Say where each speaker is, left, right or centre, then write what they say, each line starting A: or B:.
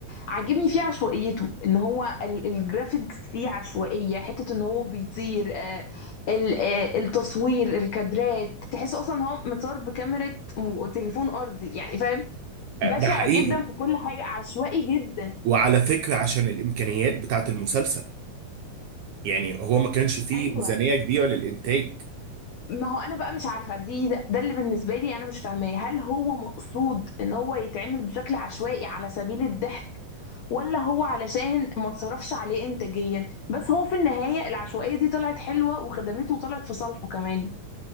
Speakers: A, on the left; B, on the right.
A: عاجبني فيه عشوائيته ان هو ال- الجرافيكس فيه عشوائيه حته ان هو بيطير آه، ال- آه، التصوير الكادرات تحس اصلا هو متصور بكاميرا م- تليفون ارضي يعني فاهم بشع
B: ده حقيقي
A: جدا في كل حاجه عشوائي جدا
B: وعلى فكرة عشان الامكانيات بتاعت المسلسل يعني هو ما كانش فيه
A: ايوه
B: ميزانية كبيرة للانتاج
A: ما هو انا بقى مش عارفه دي ده ده اللي بالنسبه لي انا مش فاهماه هل هو مقصود ان هو يتعمل بشكل عشوائي على سبيل الضحك ولا هو علشان ما تصرفش عليه انتاجيا بس هو في النهايه العشوائيه دي طلعت حلوه وخدمته وطلعت في صالحه كمان